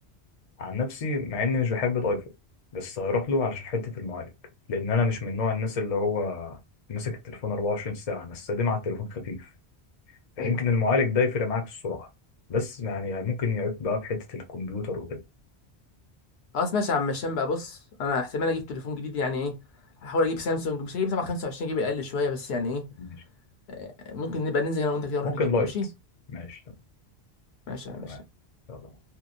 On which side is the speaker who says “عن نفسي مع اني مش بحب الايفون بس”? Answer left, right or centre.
Left